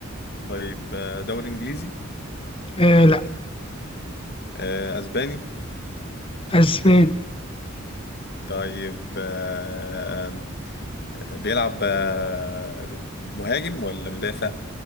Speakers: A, on the left (about 50°); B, on the left (about 25°).
A: طيب آه، دوري انجليزي
B: آه لا
A: آه، اسباني
B: اسباني
A: طيب آه، بيلعب آه، مهاجم ولا مدافع